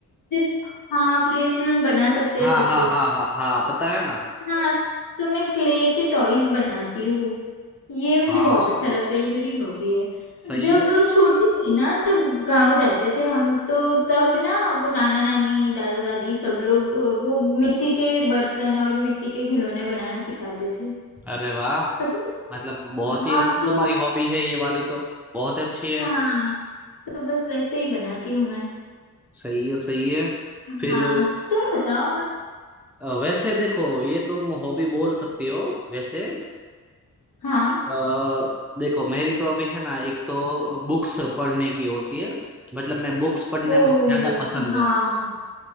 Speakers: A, on the left; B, in the centre.
A: जिस हाँ क्ले से हम बना सकते
B: हाँ
A: हैं सब
B: हाँ
A: कुछ
B: हाँ हाँ हाँ पता है ना
A: हाँ तो मैं क्ले के टॉयज बनाती हूँ ये मुझे
B: हाँ
A: बहुत अच्छा लगता है ये मेरी हॉबी है
B: सही
A: जब
B: है
A: छोटी थी ना तब गांव जाते थे हम तो तब ना वो नाना नानी दादा दादी सब लोग अ, वो मिट्टी के बर्तन और मिट्टी के खिलौने बनाना सिखाते थे
B: अरे वाह
A: पता
B: मतलब बहुत
A: है? हाँ
B: ही अच्छी
A: तो
B: तुम्हारी हॉबी है ये वाली तो बहुत ही अच्छी है
A: हाँ तो बस वैसे ही बनाती हूँ मैं
B: सही है सही है
A: हाँ
B: फिर
A: तुम बताओ और
B: अ, वैसे देखो ये तुम हॉबी बोल सकते हो वैसे
A: हाँ
B: अ, देखो मेरी तो अभी है ना एक तो बुक्स पढ़ने की होती है मतलब मैं बुक्स पढ़ने
A: ओ
B: मुझे ज्यादा पसंद
A: हाँ
B: है